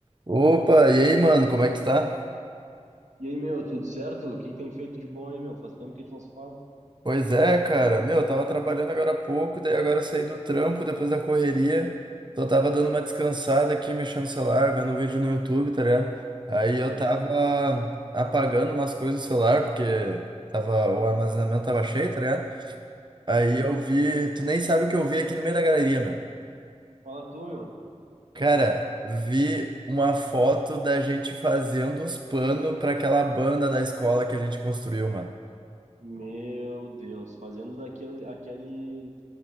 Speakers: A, on the right (about 40°); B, on the right (about 85°).
A: Opa, e aí, mano, como é que tu tá?
B: E aí, meu, tudo certo? O que que tem feito de bom aí, meu? Faz tempo que a gente não se fala.
A: Pois é, cara, meu, eu tava trabalhando agora há pouco, daí agora eu saí do trampo depois da correria, só tava dando uma descansada aqui, mexendo no celular, vendo um vídeo no YouTube, tá ligado? Aí eu
B: Pode
A: tava
B: crer.
A: apagando umas coisas do celular, porque tava, o armazenamento tava cheio, tá ligado? Aí eu vi, tu nem sabe o que eu vi aqui no meio da galeria, meu.
B: Fala tu, meu.
A: Cara, vi uma foto da gente fazendo os panos pra aquela banda da escola que a gente construiu, mano.
B: Meu Deus, fazendo daquele, aquele,